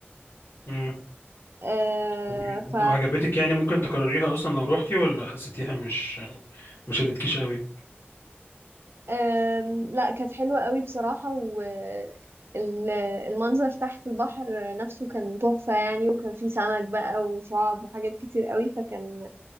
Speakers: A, on the left (about 75°); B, on the right (about 70°).
A: مم.
B: آه،
A: وإيه-
B: ف
A: وعجبتك يعني ممكن تكرريها اصلا لو روحتي ولا حسيتيها مش مش شدتكيش قوي
B: آم، لا كانت حلوة قوي بصراحة والمنظر تحت البحر نفسه كان تحفة يعني وكان فيه سمك بقى وشعاب وحاجات كتير قوي فكان